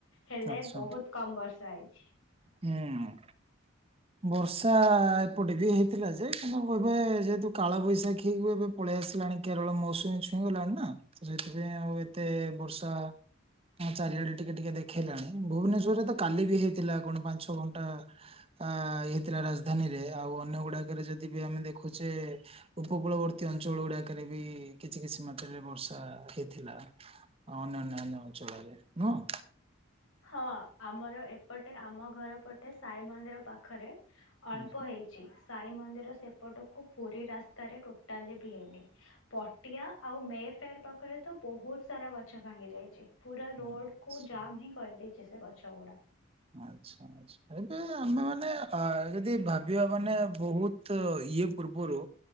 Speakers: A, on the left (about 85°); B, on the right (about 30°).
A: ହେଲେ
B: ଆଚ୍ଛା
A: ବହୁତ କମ ବର୍ଷା ହେଇଛି।
B: ହୁଁ ବର୍ଷା ଏପଟେ ବି ହେଇଥିଲା ଯେ କିନ୍ତୁ ଏବେ ଯେହେତୁ କାଳ ବୈଶାଖୀ ହେଇ ଏବେ ପଳେଇ ଆସିଲାଣି କେରଳ ମୌସୁମୀ ଛୁଇଁଗଲାଣି ନା ସେଥିପାଇଁ ଆଉ ଏତେ ବର୍ଷା ଚାରିଆଡେ ଟିକେ ଟିକେ ଦେଖ ଦେଖେଇଲାଣି ଭୁବନେଶ୍ଵରରେ ତ କାଲି ବି ହେଇଥିଲା କଣ ପାଞ୍ଚ ଛଅ ଘଣ୍ଟା ଆ ହେଇଥିଲା ରାଜଧାନୀରେ ଆଉ ଅନ୍ୟ ଗୁଡାକରେ ଯଦି ବି ଆମେ ଦେଖୁଛେ ଉପକୂଳବର୍ତ୍ତୀ ଅଞ୍ଚଳ ଗୁଡାକରେ ବି କିଛି କିଛି ମାତ୍ରାରେ ବର୍ଷା ହେଇଥିଲା ଅନ୍ୟନ୍ୟ ଅନ୍ୟ ଅଞ୍ଚଳରେ ନୁହଁ।
A: ହଁ ଆମର ଏପଟେ ଆମ ଘର ପଟେ ସାଇ ମନ୍ଦିର ପାଖରେ। ଅଳ୍ପ
B: ହୁଁ,
A: ହେଇଛି। ସାଇ ମନ୍ଦିର ସେପଟକୁ ପୁରୀ ରାସ୍ତାରେ ଟୋଟାଲି ବି ହେଇନି ପଟିଆ ଆଉ ମେ ଫେର ପାଖରେ ତ ବହୁତ ସାରା ଗଛ ଭାଙ୍ଗି ଯାଇଛି। ପୁରା ରୋଡ
B: ହୁଁ, ହଁ।
A: କୁ ଜାମ ହେ ଦେଇେ ସେ ଗଛ ଗୁଡା।
B: ଆଚ୍ଛା ଆଛା ଏବେ ଆମେ ମାନେ ଯଦି ଭାବିବା ମାନେ ବହୁତ ଇଏ ପୂର୍ବରୁ